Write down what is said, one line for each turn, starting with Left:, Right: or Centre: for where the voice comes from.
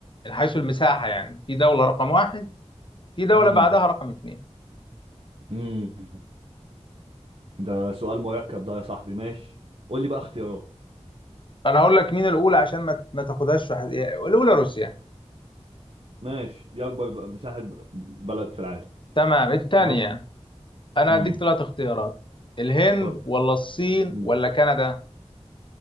Left: من حيث المساحة يعني في دولة رقم واحد في دولة
Right: امم
Left: بعدها رقم اتنين
Right: امم ده سؤال مركب ده يا صاحبي ماشي قول لي بقى اختيارات
Left: فأنا هقول لك مين الأولى عشان ما ما تاخدهاش في حد... الأولى روسيا
Right: ماشي دي اكبر ب- مساحة ب- بلد في العالم
Left: تمام الثانية
Right: تمام
Left: انا
Right: امم
Left: هديك ثلاث اختيارات الهند
Right: اتفضل
Left: ولا الصين
Right: مم.
Left: ولا كندا